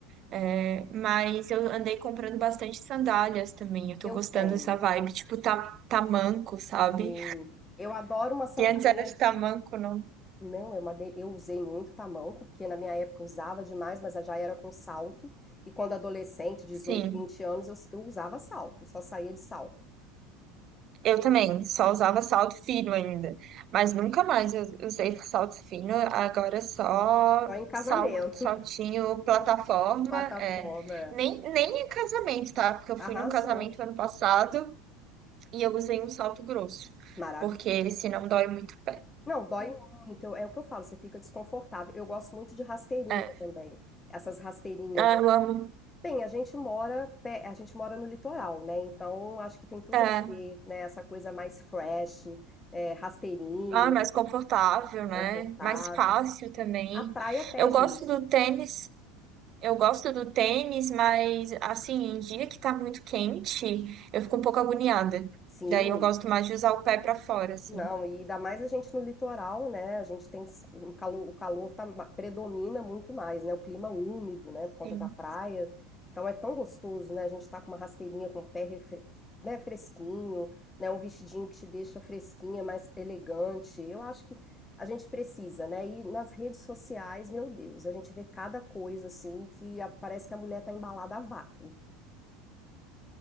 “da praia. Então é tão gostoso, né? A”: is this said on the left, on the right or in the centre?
Left